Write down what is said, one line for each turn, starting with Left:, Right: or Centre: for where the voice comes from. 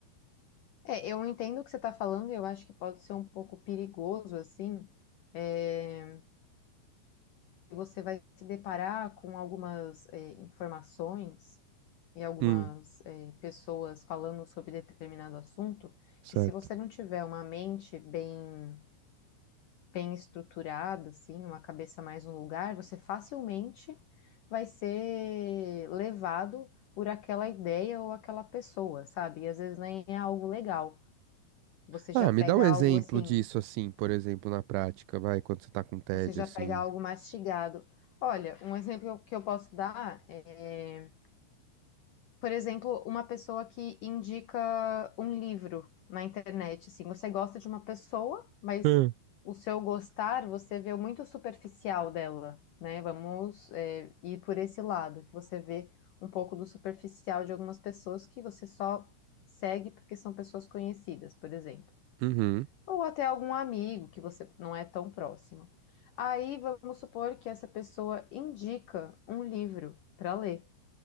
Left: É, eu entendo o que você está falando e eu acho que pode ser um pouco perigoso, assim, é, você vai se deparar com algumas é, informações e algumas
Right: Hum,
Left: é, pessoas falando sobre determinado assunto,
Right: certo.
Left: que se você não tiver uma mente bem, bem estruturada, assim, uma cabeça mais no lugar, você facilmente vai ser levado por aquela ideia ou aquela pessoa, sabe? E às vezes nem é algo legal. Você
Right: Ah,
Left: já pega
Right: me dá um exemplo
Left: algo assim,
Right: disso, assim, por exemplo, na prática, vai, quando você tá com tédio,
Left: você já
Right: assim.
Left: pega algo mastigado. Olha, um exemplo que eu posso dar é por exemplo, uma pessoa que indica um livro na internet, assim, você gosta de uma pessoa, mas
Right: Hum.
Left: o seu gostar você vê muito superficial dela, né? Vamos, é, ir por esse lado, que você vê um pouco do superficial de algumas pessoas que você só segue porque são pessoas conhecidas, por exemplo.
Right: Uhum.
Left: Ou até algum amigo que você não é tão próximo. Aí vamos supor que essa pessoa indica um livro para ler.